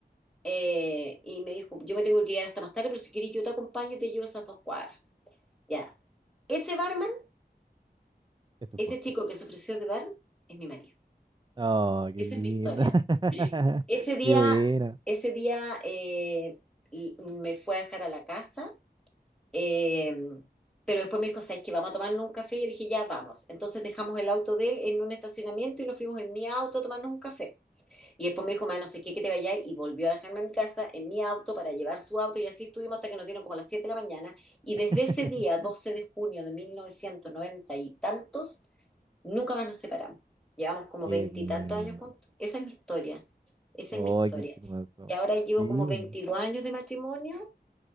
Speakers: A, in the centre; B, on the right.
A: Eh, y me dijo, yo me tengo que quedar hasta más tarde, pero si querís yo te acompaño y te llevo esas dos cuadras. Ya. Ese barman,
B: Esto
A: ese
B: es tu posta.
A: chico que se ofreció de barman, es mi marido.
B: Oh, qué
A: Esa
B: linda.
A: es mi historia.
B: <laughs>
A: Ese día,
B: Qué buena.
A: ese día eh, me fue a dejar a la casa Eh, pero después me dijo, ¿sabes qué? Vamos a tomarnos un café. Y yo le dije, ya vamos. Entonces dejamos el auto de él en un estacionamiento y nos fuimos en mi auto a tomarnos un café. Y después me dijo, ma, no sé qué, que te vayas. Y volvió a dejarme a mi casa en mi auto para llevar su auto. Y así estuvimos hasta que nos dieron como a las 7 de la mañana. Y desde
B: <laughs>
A: ese día, 12 de junio de 1990 y tantos, nunca más nos separamos. Llevamos como
B: Qué
A: veintitantos
B: lindo.
A: años juntos. Esa es mi historia. Esa
B: Oh,
A: es mi historia.
B: qué hermoso.
A: Y ahora llevo
B: Sí.
A: como 22 años de matrimonio